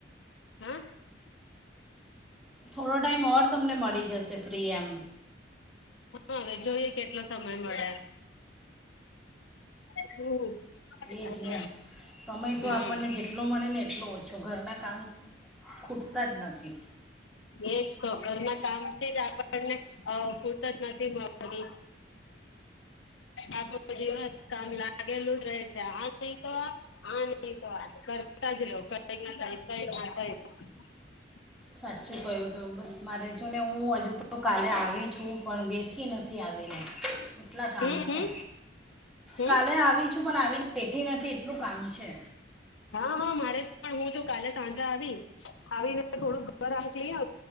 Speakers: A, on the left (about 85°); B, in the centre.
A: હા.
B: થોડો ટાઈમ ઓર તમને મળી જશે ફ્રી, એમ.
A: હા, હવે જોઈએ કેટલો સમય મળે. હમ
B: એજ ને. સમય તો
A: હમ
B: આપણને જેટલો મળે ને એટલો ઓછો. ઘરના કામ ખૂબ તા જ નથી.
A: એજ તો ઘરના કામથી જ આપણને અ ફુરસત નથી મળતી. આખો દિવસ કામ લાગેલું જ રહે છે આ નહીં તો આ, આ નહીં તો આ. કરતા જ રહો કંઈક ના કંઈક ના કંઈક. હા.
B: સાચું ક્યું તમે. બસ મારે જો ને હું હજુ તો કાલે આવી છું, પણ બેઠી નથી આવીને, એટલા કામ
A: હમ હમ
B: છે.
A: હમ
B: કાલે આવી છું પણ આવીને બેઠી નથી એટલું કામ છે.
A: હા, હા, મારે પણ. હું જો કાલે સાંજે આવી, આવીને થોડું <unintelligible> પણ